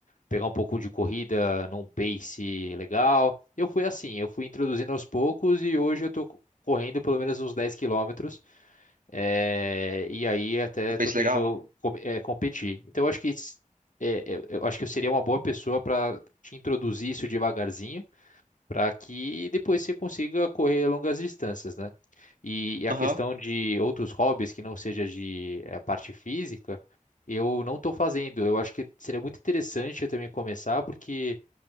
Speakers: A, on the left; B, on the right.
A: pegar um pouco de corrida num pace legal. Eu fui assim, eu fui introduzindo aos poucos e hoje eu estou correndo pelo menos uns 10 quilômetros. É, e aí até
B: Um peixe
A: estou querendo
B: legal?
A: com- é, competir. Então eu acho que s- é, é, eu acho que eu seria uma boa pessoa para te introduzir isso devagarzinho, para que depois você consiga correr longas distâncias, né? E, e
B: Aham.
A: a questão de outros hobbies que não seja de eh, parte física, eu não estou fazendo. Eu acho que seria muito interessante eu também começar, porque